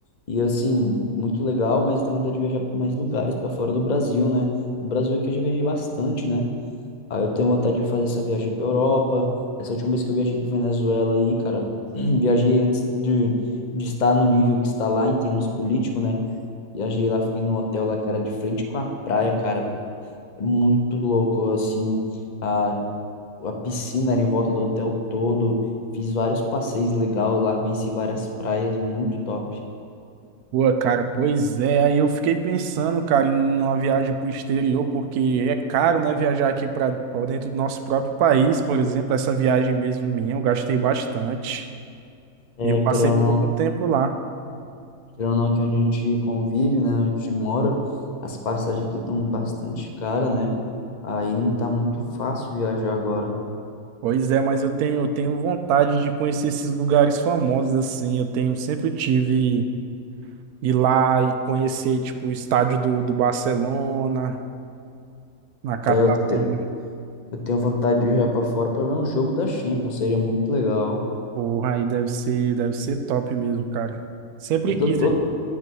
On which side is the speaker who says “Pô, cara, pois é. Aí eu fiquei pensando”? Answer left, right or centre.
Right